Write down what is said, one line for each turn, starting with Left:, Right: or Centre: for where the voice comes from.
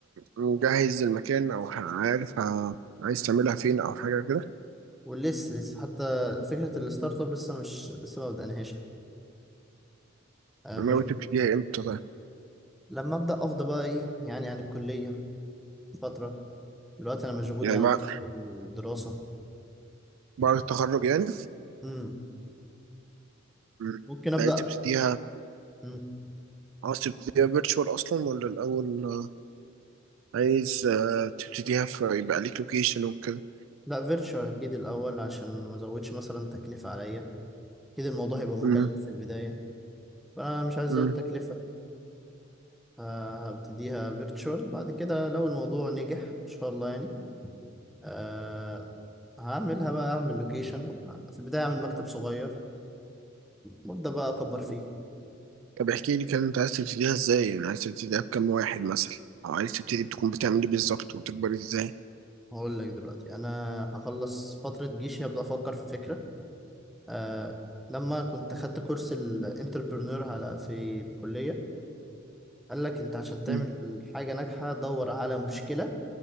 Right: مجهز المكان أو عارف ه- عايز تعملها فين أو حاجة كده؟
Centre: ولسه لسه حتى فكرة الستارت اب لسه مش لسه ما بدأناهاش آه،
Right: ناوي
Centre: مشغول
Right: تبتديها إمتى طيب؟
Centre: لما أبدأ أفضى بقى إيه يعني عن الكلية فترة دلوقتي أنا مشغول
Right: يعني
Centre: يعني
Right: بعد
Centre: بالدراسة
Right: بعد التخرج يعني؟
Centre: مم.
Right: مم.
Centre: ممكن
Right: أنت
Centre: أبدأ
Right: عايز تبتديها
Centre: مم.
Right: عاوز تبتديها فيرتشوال اصلا ولا الاول آه، عايز آه، تبتديها فيبقى ليك لوكيشن وكده
Centre: لا فيرتشوال أكيد الأول عشان ما أزودش مثلا تكلفة عليا أكيد الموضوع هيبقى مكلف
Right: مم،
Centre: في البداية فأنا مش عايز
Right: مم.
Centre: أزود تكلفة فهبتديها فيرتشوال بعد كده لو الموضوع نجح إن شاء الله يعني أه هعملها بقى أعمل لوكيشن في البداية أعمل مكتب صغير وأبدأ بقى أكبر فيه
Right: طب احكي لي كان انت عايز تبتديها ازاي يعني عايز تبتديها بكام واحد مثلا او عايز تبتدي بتكون بتعمل ايه بالظبط وتكبر ازاي
Centre: هقول لك دلوقتي انا هخلص فتره جيشي هبدا افكر في فكره آه لما كنت خدت كورس الانتربرنور على في الكليه قال لك انت عشان تعمل
Right: مم.
Centre: حاجه ناجحه دور على مشكله